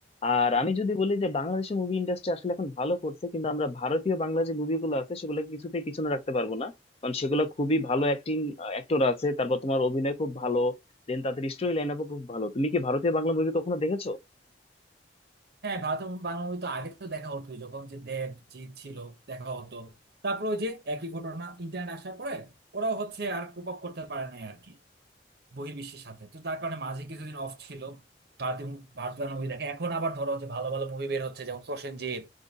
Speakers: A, on the left (about 35°); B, on the right (about 60°).
A: আর আমি যদি বলি যে বাংলাদেশের মুভি ইন্ডাস্ট্রি আসলে এখন ভালো করছে কিন্তু আমরা ভারতীয় বাংলা যে মুভিগুলো আছে সেগুলো কিছুতেই পিছনে রাখতে পারবো না কারণ সেগুলো খুবই ভালো অ্যাক্টিং অ্যাক্টর আছে তারপর তোমার অভিনয় খুব ভালো দেন তাদের স্টোরি লাইন আপও খুব ভালো তুমি কি ভারতীয় বাংলা মুভি কখনো দেখেছো
B: হ্যাঁ ভারত এবং বাংলা মুভি তো আগে তো দেখা হতো যখন যে দেব জিৎ ছিল দেখা হতো তারপর ওই যে একই ঘটনা ইন্টারনেট আসার পরে ওরাও হচ্ছে আর কোপ আপ করতে পারে নাই আর কি বহির্বিশ্বের সাথে তো তার কারণে মাঝে কিছুদিন অফ ছিল ভারতীয় মু- ভারতীয় মুভি দেখে এখন আবার ধরো হচ্ছে ভালো ভালো মুভি বের হচ্ছে যেমন প্রসেনজিৎ